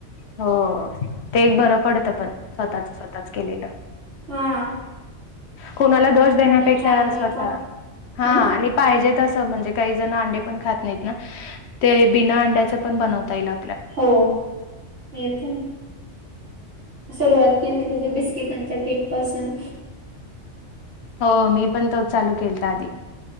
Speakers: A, on the left (about 65°); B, on the right (about 80°).
A: हो ते एक बर पडत पण स्वतःच स्वतःच केलेल.
B: हां
A: कुणाला दोष देण्यापेक्षा
B: काय नाही
A: स्वतः
B: कोण
A: हा
B: हम्म
A: आणि पाहिजे तस म्हणजे काही जण अंडे पण खात नाहीत ना. ते बिना अंड्याच पण बनवता येईल आ
B: हो येत ना. सुरुवात केलती तशी बिस्किटांच्या केक पासून.
A: हो मी पण तोच चालू केलता आधी.